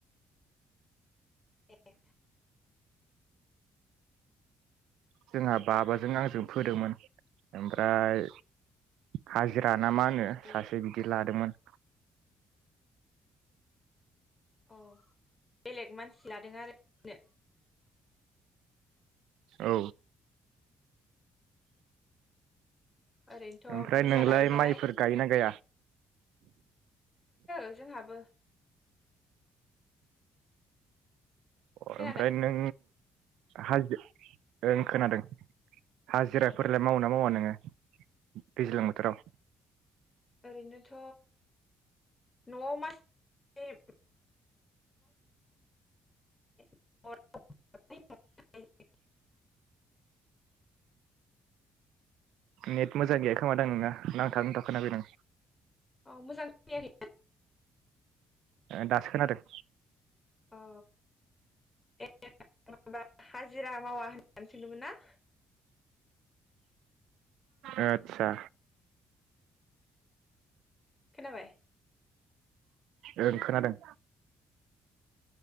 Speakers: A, on the left; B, on the right.
A: ए
B: जोंहा बाबाजों आंजों फोदोंमोन ओमफ्राय हाजिरा ना मा होनो
A: ए
B: सासे बिदि लादोंमोन
A: औ बेलेग मानसि लादों आरोनो
B: औ
A: ओरैनोथ
B: ओमफ्राय
A: बुरजा
B: नोंलाय
A: गायो नालाय
B: माइफोर गायोना गाया
A: <inaudible> जोंहाबो
B: अ
A: खोनादों
B: ओमफ्राय नों हाजो ओ खोनादों हाजिराफोरलाय
A: ओ
B: मावना मावा नोङो दैज्लां बोथाराव
A: ओरैनोथ' नआव मास <unintelligible> <unintelligible>
B: नेट मोजां गैया खोमा दां नोंना नांथा नुंथा खोनाफैदों।
A: औ मोजां खोनायाखै
B: दासो खोनादों
A: औ <unintelligible> हाजिरा मावा होननानै सोंदोंमोन ना
B: ओतसा
A: खोनाबाय?
B: ओं खोनादों।